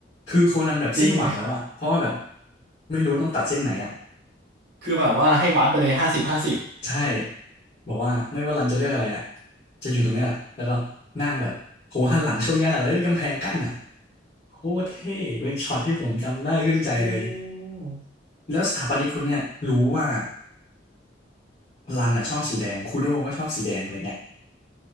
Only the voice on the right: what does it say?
จริง
คือแบบว่าให้วัดไปเลยห้าสิบห้าสิบ
อืม